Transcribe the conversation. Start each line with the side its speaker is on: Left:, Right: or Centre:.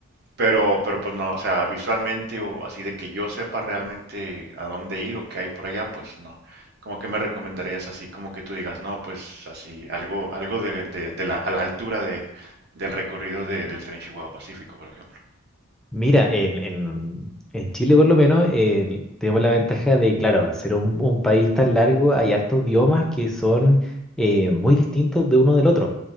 Right: Pero, pero pues no, o sea, visualmente o así de que yo sepa realmente a dónde ir o qué hay por allá, pues no. Como que me recomendarías así, como que tú digas, no, pues así, algo, algo de, de- de la, a la altura de, del recorrido de- del tren Chihuahua Pacífico, por ejemplo.
Centre: Mira, en, en, en Chile por lo menos eh, tenemos la ventaja de, claro, al ser un, un país tan largo, hay hartos biomas que son eh, muy distintos de uno del otro.